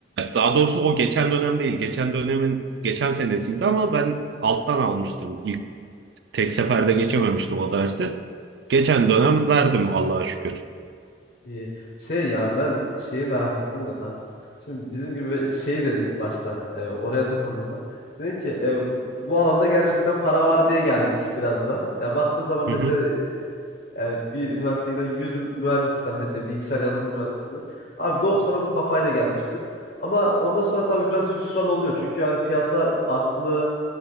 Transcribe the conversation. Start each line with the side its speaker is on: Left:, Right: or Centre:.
Right: daha doğrusu o geçen dönem değil. Geçen dönemin geçen senesiydi ama ben alttan almıştım. İlk tek seferde geçememiştim o dersi. Geçen dönem verdim Allah'a şükür.
Left: İyi. Şey ya ben şeyi merak ettim de kanka. Şimdi bizim gibi şey dedin ilk başta e, oraya takıldım ben. Dedin ki e, bu bu alanda gerçekten para var diye geldik biraz da. Ya baktığın zaman mesela
Right: Hı hı.
Left: e, bir üniversiteden 100 mühendisten mesela bilgisayar yazılım mühendislerinden abi 90'a bu kafayla gelmiştir. Ama ondan sonra tabii biraz hüsran oluyor çünkü yani piyasa farklı